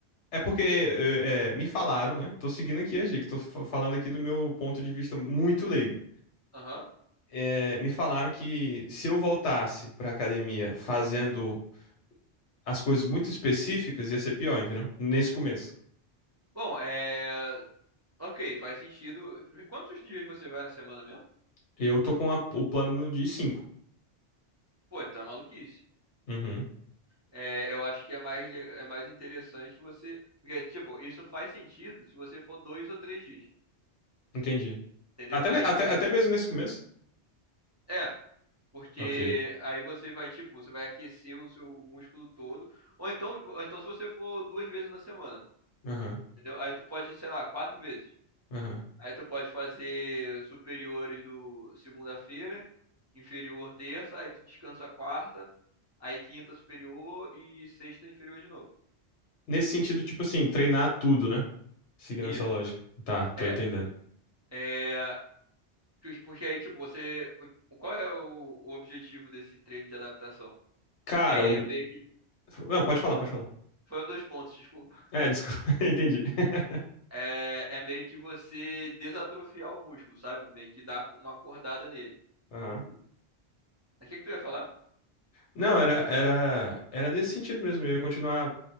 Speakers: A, on the left; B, on the right.
A: É porque eh, eh, me falaram, né? Tô seguindo aqui as dicas, tô fa- falando aqui do meu ponto de vista muito leigo.
B: Aham.
A: Eh, me falaram que se eu voltasse pra academia fazendo as coisas muito específicas, ia ser pior, entendeu? Nesse começo.
B: Bom, é... Ok, faz sentido. Quantos dias você vai na semana mesmo?
A: Eu tô com a- o plano de cinco.
B: Pô, então é maluquice.
A: Uhum,
B: É, eu acho que é mais, le- é mais interessante você... Porque, tipo, isso faz sentido se você for dois ou três dias,
A: entendi.
B: entendeu?
A: Até,
B: Aí
A: ne- até,
B: você...
A: até mesmo nesse começo?
B: É, porque
A: Ok.
B: aí você vai, tipo, você vai aquecer o seu músculo todo. Ou então, ou então se você for duas vezes na semana.
A: Aham,
B: Entendeu? Aí tu pode, sei lá, quatro vezes.
A: aham.
B: Aí tu pode fazer superiores do segunda-feira, inferior terça, aí tu descansa quarta, aí quinta superior e sexta inferior de novo.
A: Nesse sentido, tipo assim, treinar tudo, né? Seguindo
B: Isso.
A: essa lógica. Tá, tô
B: É.
A: entendendo.
B: É. porque porque aí, tipo, você. o- Qual é o o objetivo desse treino de adaptação?
A: Cara,
B: É
A: o...
B: meio que.
A: Não, pode falar, pode falar.
B: Foi um dos pontos, desculpa.
A: É, desculpa, <laughs> entendi. <laughs>
B: É, é meio que você desatrofiar o músculo, sabe? Meio que dar uma acordada nele.
A: Aham.
B: Mas O que que tu ia falar?
A: Não, era, era, era nesse sentido mesmo. Eu ia continuar,